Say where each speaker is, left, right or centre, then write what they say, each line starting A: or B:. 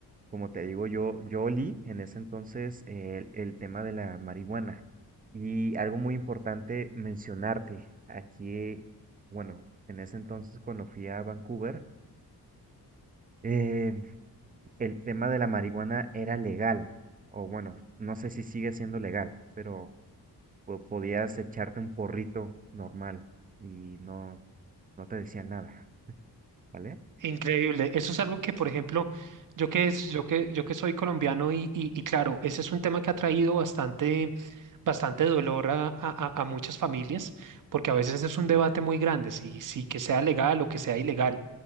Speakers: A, on the right (about 25°); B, on the right (about 50°).
A: Como te digo, yo, yo olí en ese entonces el, el tema de la marihuana. Y algo muy importante mencionarte, aquí, bueno, en ese entonces cuando fui a Vancouver, eh, el tema de la marihuana era legal, o bueno, no sé si sigue siendo legal, pero po- podías echarte un porrito normal y no, no te decían nada. ¿Vale?
B: Increíble. Eso es algo que, por ejemplo, yo que, es, yo que, yo que soy colombiano y, y, y claro, ese es un tema que ha traído bastante bastante dolor a, a- a- a muchas familias, porque a veces es un debate muy grande, si, si que sea legal o que sea ilegal.